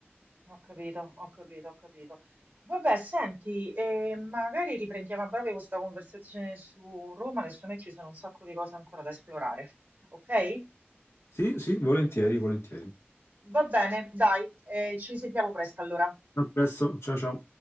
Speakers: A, on the right; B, on the left.
A: Ho capito, ho capito, ho capito. Vabbè, senti, eh, magari riprendiamo a breve questa conversazione su Roma, che secondo me ci sono un sacco di cose ancora da esplorare. Ok?
B: Sì, sì, volentieri, volentieri.
A: Va bene, dai, eh, ci risentiamo presto allora.
B: A presto, ciao ciao.